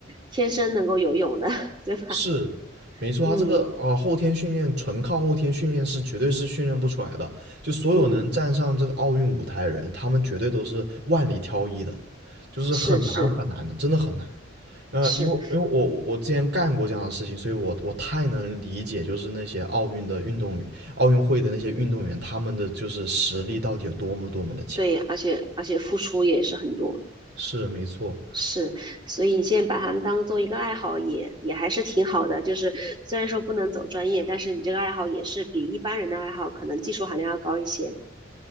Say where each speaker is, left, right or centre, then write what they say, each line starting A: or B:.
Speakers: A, on the right; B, on the right.
A: 天生能够游泳的，<laughs> 对吧？
B: 是，没错，他这个啊、
A: 嗯
B: 呃后天训练纯靠后天训练是绝对是训练不出来的，就所有能站上这个奥运舞台的人，
A: 嗯，
B: 他们绝对都是万里挑一的，就是很难很难的，
A: 是是
B: 真的很难。呃，
A: 是，
B: 因为因为我我之前干过这样的事情，所以我我太能理解，就是那些奥运的运动员、奥运会的那些运动员，他们的就是实力到底有多么多么的强。
A: 对，而且而且付出也是很多。
B: 是，没错，
A: 是，所以你现在把它们当做一个爱好也，也还是挺好的。就是虽然说不能走专业，但是你这个爱好也是比一般人的爱好可能技术含量要高一些。